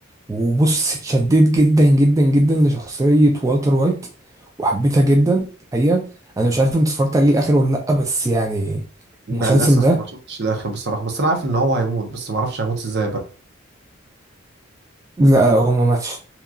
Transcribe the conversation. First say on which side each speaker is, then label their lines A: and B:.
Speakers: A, on the right; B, on the right.
A: وبص اتشددت جدا جدا جدا لشخصية والتر وايت وحبيتها جدا الحقيقة انا مش عارف انت اتفرجت عليه الاخر ولا لا بس يعني
B: ده
A: المسلسل
B: للاسف
A: ده
B: ما شفتش الاخر بصراحه بس انا عارف ان هو هيموت بس ما اعرفش هيموت ازاي بقى
A: لا هو ما ماتش